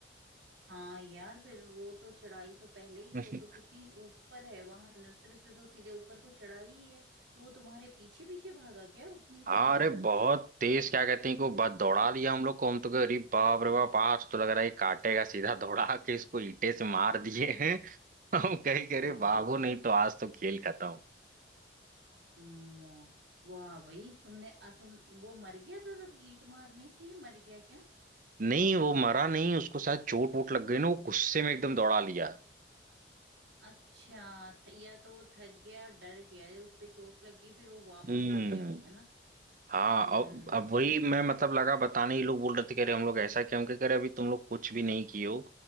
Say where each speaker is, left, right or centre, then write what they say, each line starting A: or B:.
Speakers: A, on the right; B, on the right.
A: हाँ यार फिर वो तो चढ़ाई तो पहले ही
B: <laughs>
A: वो तो कितनी ऊपर है वहां नर्सरी से तो सीधे ऊपर को चढ़ाई ही है तो वो तुम्हारे पीछे पीछे भागा क्या उतनी
B: हाँ
A: चढ़ाई
B: अरे
A: में
B: बहुत तेज क्या कहते हैं को बस दौड़ा लिया हम लोग को हम तो कहे, अरे बाप रे बाप आज तो लग रहा है ये काटेगा सीधा दौड़ा के इसको ईंटे से मार दिए हैं <laughs> हम कहे कि अरे
A: वाह
B: बाबू नहीं तो आज तो खेल खत्म
A: हम्म, वाह भाई तुमने आ, तुम वो मर गया था सब ईंट मारने से ही मर गया क्या
B: नहीं वो मरा नहीं उसको शायद चोट वोट लग गई ना वो गुस्से में एकदम दौड़ा लिया
A: अच्छा थ, या तो वो थक गया डर गया या उस पे चोट लग गई फिर वो वापस
B: हम्म
A: हो गया होगा ना
B: हाँ
A: हम्म
B: अब अब वही मैं मतलब लगा बताने ही लोग बोल रहे थे कह रहे हम लोग ऐसा क्या हम कह रहे अभी तुम लोग कुछ भी नहीं किए हो